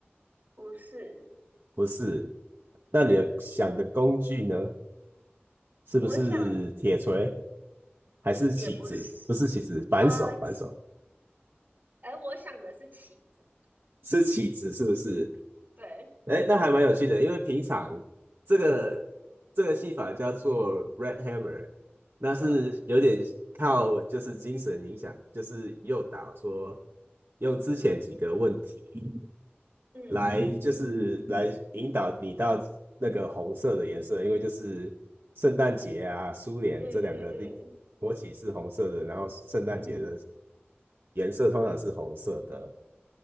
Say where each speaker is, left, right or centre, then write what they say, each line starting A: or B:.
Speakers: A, on the right (about 45°); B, on the right (about 60°).
A: 不是，
B: 不是。那你的想的工具呢？
A: 嗯，
B: 是不是铁锤
A: 我想
B: 还是起子？
A: 也不是，
B: 不是起子，扳手，
A: 啊、起
B: 扳手
A: 哎，我想的是起子，
B: 是起子，是不是？
A: 对，
B: 哎，那还蛮有趣的，因为平常这个这个戏法叫做 Red Hammer，那是有点靠就是精神影响，
A: 嗯
B: 就是诱导说用之前几个问题。
A: 嗯
B: 来就是来引导你到那个红色的颜色，因为就是圣诞节啊、苏联这两个地国旗是红色的，
A: 嗯嗯嗯，
B: 然后圣诞节的颜色通常是红色的。